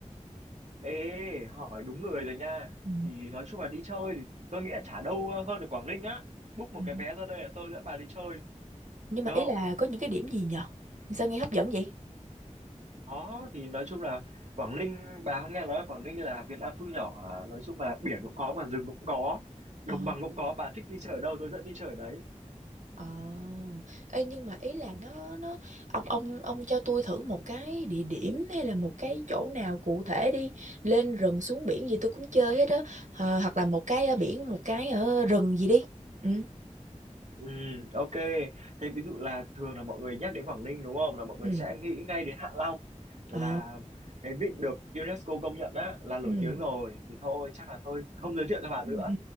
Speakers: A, on the right; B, on the right.
A: Ê, hỏi đúng người rồi nha.
B: Ừ.
A: Thì nói chung là đi chơi thì tôi nghĩ là chả đâu hơn ở Quảng Ninh á. Book một
B: Ừ.
A: cái vé ra đây là tôi dẫn bà đi chơi,
B: Nhưng
A: được
B: mà
A: không?
B: ý là có những cái điểm gì nhờ? Sao nghe hấp dẫn vậy?
A: Đó, thì nói chung là Quảng Ninh, bà không nghe nói là Quảng Ninh là Việt Nam thu nhỏ à? Nói chung là biển cũng có mà rừng cũng có, đồng
B: Ờ.
A: bằng cũng có, bà thích đi chơi ở đâu tôi dẫn đi chơi ở đấy.
B: Ờ. Ê, nhưng mà ý là nó nó ông ông ông cho tôi thử một cái địa điểm hay là một cái chỗ nào cụ thể đi, lên rừng xuống biển gì tôi cũng chơi hết á, Ờ, hoặc là một cái ở biển, một cái ở rừng gì đi. Ừ.
A: Ừ, ok. Thế ví dụ là thường là mọi người nhắc đến Quảng Ninh đúng không? Là mọi người
B: Ừ.
A: sẽ nghĩ ngay đến Hạ Long là
B: Ờ.
A: cái vịnh được UNESCO công nhận á là nổi
B: Ừ.
A: tiếng rồi. Thì thôi chắc là tôi không giới thiệu cho bà
B: Ừ.
A: nữa.
B: ừ.